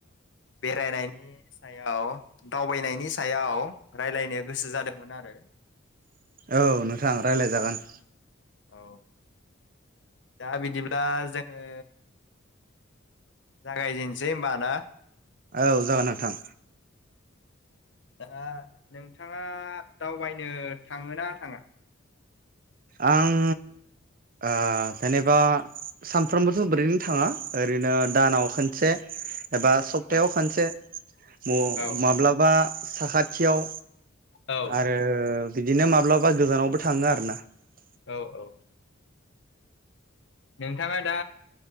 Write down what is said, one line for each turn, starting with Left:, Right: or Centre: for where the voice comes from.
Left: बेरायनायनि सायाव दावबायनायनि सायाव राय्लायनो गोसो जादोंमोन आरो।
Right: औ नोंथां रायज्लाय जागोन।
Left: औ दा बिदिब्ला जोङो जागायजेननसै होनबा दा
Right: औ जागोन नोंथां
Left: दा नोंथाङा दावबायनो थाङोना थाङा?
Right: आं ओ जेनेबा सानफ्रोमबोथ' बोरैनो थाङा ओरैनो दानाव खोनसे एबा सप्तायाव
Left: औ
Right: खनसे मौ-माब्लाबा
Left: औ
Right: साखाथियाव
Left: औ
Right: आरो बिदिनो माब्लाबा गोजानावबो थाङो आरो ना <inaudible>
Left: औ औ नोंथाङा दा